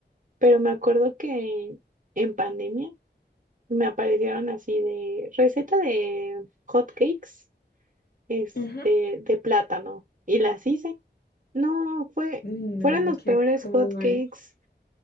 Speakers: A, on the right; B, on the left.
A: pero me acuerdo que en pandemia me aparecieron así de receta de hot cakes, este,
B: Ujú.
A: de plátano, y las hice. No, fue,
B: No,
A: fueron los
B: qué
A: peores
B: cool.
A: hot cakes